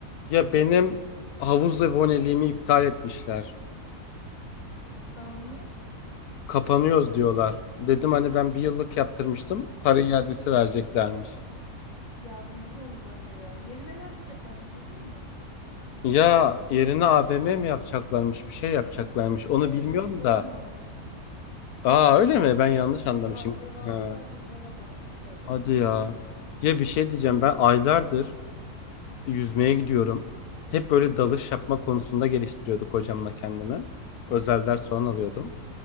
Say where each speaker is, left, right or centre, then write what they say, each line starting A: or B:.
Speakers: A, on the left (about 80°); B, on the left (about 30°).
A: Ya benim havuz aboneliğimi iptal etmişler.
B: Aa niye?
A: Kapanıyoruz diyorlar. Dedim hani ben bir yıllık yaptırmıştım.
B: Ha.
A: Para iadesi vereceklermiş.
B: Ya duydum onu ben de ya. Yerine ne atacaklarmış duydun mu?
A: Ya yerine AVM mi yapacaklarmış? Bir şey yapacaklarmış. Onu
B: Yo yo
A: bilmiyorum
B: direkt Zara
A: da.
B: mağazası.
A: Aa öyle mi? Ben yanlış anlamışım.
B: Deva, devasa
A: Ha,
B: bir Zara mağazası gelecekmiş.
A: hadi ya. Ya bir şey diyeceğim. Ben aylardır yüzmeye gidiyorum. Hep böyle
B: Hı hı.
A: dalış yapma konusunda geliştiriyorduk hocamla kendimi. Özel ders falan
B: Evet.
A: alıyordum.